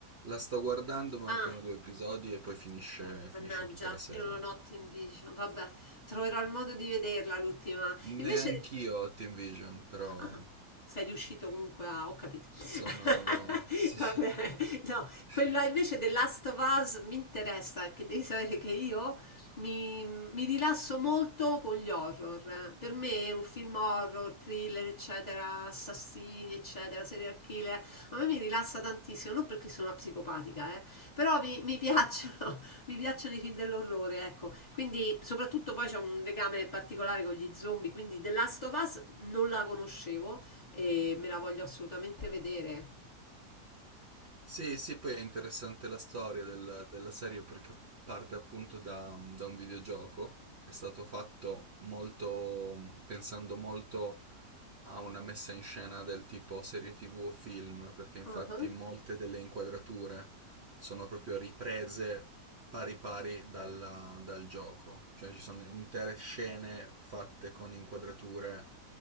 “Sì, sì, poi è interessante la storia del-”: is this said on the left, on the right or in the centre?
Right